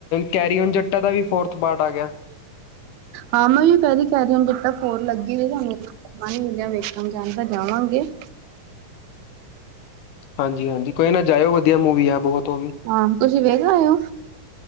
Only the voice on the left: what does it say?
ਕੈਰੀਓਨ ਜੱਟਾ ਦਾ ਵੀ ਫੋਰਥ ਪਾਰਟ ਆ ਗਿਆ।
ਹਾਂਜੀ- ਹਾਂਜੀ, ਕੋਈ ਨਾ ਜਾਇਓ ਵਧੀਆ ਮੂਵੀ ਆ ਬਹੁਤ ਉਹ ਵੀ